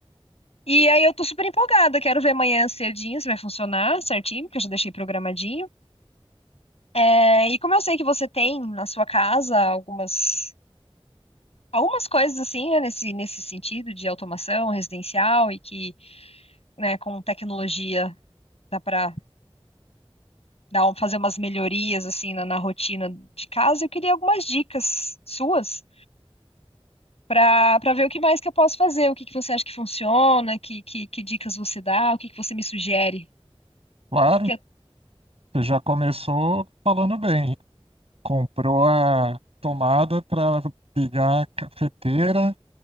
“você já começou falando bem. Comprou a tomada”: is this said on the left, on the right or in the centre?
Right